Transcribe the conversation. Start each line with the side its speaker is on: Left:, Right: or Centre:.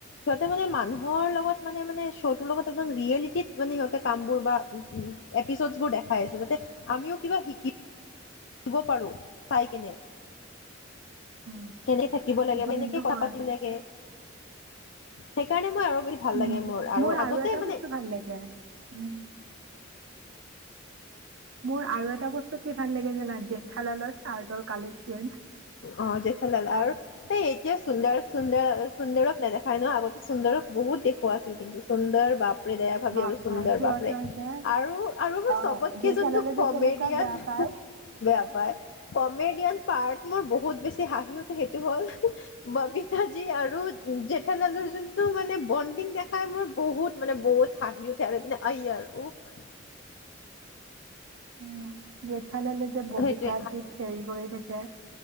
Left: সিহঁতে মানে মানুহৰ লগত মানে মানে শ্ব'টোৰ লগত একদম ৰিয়েলিটিত মানে সিহঁতে কামবোৰ বা উ উ এপিছ'ড বোৰ দেখাই আছে যাতে আমিও কিবা শিকি ব পাৰো চাই কিনে।
Right: উম,
Left: কেনে থাকিব লাগে
Right: সেইটো
Left: বা কেনেকে
Right: কিন্তু
Left: কথা
Right: হয়।
Left: পাতি লাগে সেইকাৰণে মই আৰু ভাল
Right: উম
Left: লাগে
Right: মোৰ
Left: আগতে
Right: আৰু এটা
Left: মানে
Right: বস্তু ভাল লাগে উম মোৰ আৰু এটা বস্তু কি ভাল লাগে জানা জেঠালালৰ চাৰ্টৰ কালেকচন
Left: অ জেঠালালৰ হে এতিয়া সুন্দৰ সুন্দৰ সুন্দৰক নেদেখাই ন, আগতে সুন্দৰক বহুত দেখুওৱা আছিল কিন্তু। সুন্দৰ বাপ বেদয়া ভাবি
Right: বাপৰে
Left: আৰু সুন্দৰ
Right: সিহঁতৰ
Left: বাপৰে
Right: যে
Left: আৰু আৰু মোৰ
Right: অ',
Left: চবতকে
Right: জেঠালালে
Left: যোনটো
Right: যে
Left: কমেডিয়ান
Right: কেনেকুৱা বেয়া পায়।
Left: হা বেয়া পাই কমেডিয়ান পাৰ্ট মোৰ বহুত বেছি হাঁহি উঠে সেইটো হ'ল বমিতাজী আৰু জেঠানালৰ যোনটো মানে বণ্ডিং দেখাই মোৰ বহুত মানে বহুত হাঁহি উঠে আৰু এইপিনে আয়াৰ উফ
Right: উম, জেঠালালে যে ববিতাক
Left: সেইটোৱে
Right: যি খেল কৰি থাকে